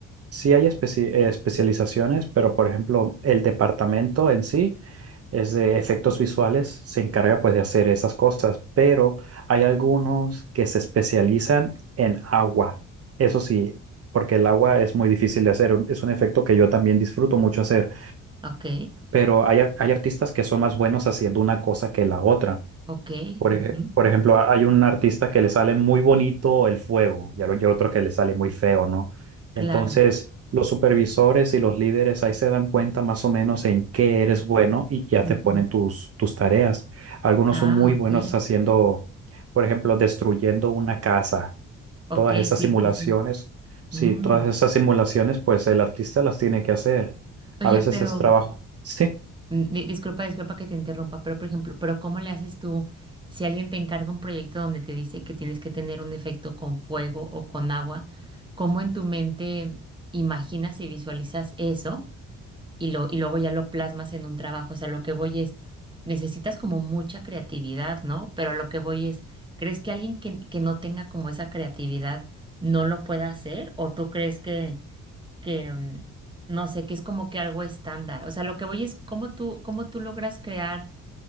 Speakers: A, on the right (about 50°); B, on the right (about 15°).
A: Sí hay especi- eh, especializaciones, pero por ejemplo, el departamento en sí es de efectos visuales, se encarga pues de hacer esas cosas, pero hay algunos que se especializan en agua. Eso sí, porque el agua es muy difícil de hacer, un- es un efecto que yo también disfruto mucho hacer,
B: Ok,
A: pero hay, ar- hay artistas que son más buenos haciendo una cosa que la otra.
B: ok,
A: Por
B: ujú,
A: ej- por ejemplo, ha- hay un artista que le sale muy bonito el fuego y al- y a otro que le sale muy feo, ¿no? Entonces,
B: Claro.
A: los supervisores y los líderes ahí se dan cuenta más o menos en qué eres bueno y ya
B: ujú.
A: te ponen tus, tus tareas. Algunos
B: Ah,
A: son muy
B: ok.
A: buenos haciendo, por ejemplo, destruyendo una casa.
B: Ok,
A: Todas esas
B: sí,
A: simulaciones,
B: sí, sí.
A: sí,
B: Mm.
A: todas esas simulaciones, pues el artista las tiene que hacer.
B: Oye,
A: A veces
B: pero...
A: es trabajo. Sí.
B: Mm, di- Disculpa, disculpa que te interrumpa, pero por ejemplo, pero ¿cómo le haces tú si alguien te encarga un proyecto donde te dice que tienes que tener un efecto con fuego o con agua? ¿Cómo en tu mente imaginas y visualizas eso y lo y luego ya lo plasmas en un trabajo? O sea, lo que voy es, necesitas como mucha creatividad, ¿no? Pero a lo que voy es, ¿crees que alguien que, que no tenga como esa creatividad no lo pueda hacer? ¿O tú crees que que mm, no sé, que es como que algo estándar. O sea, lo que voy es cómo tú, cómo tú logras crear,